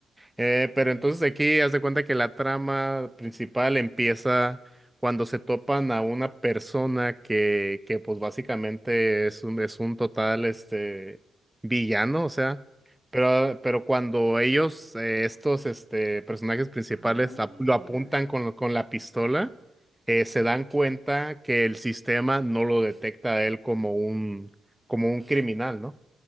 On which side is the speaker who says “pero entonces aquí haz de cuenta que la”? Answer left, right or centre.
Centre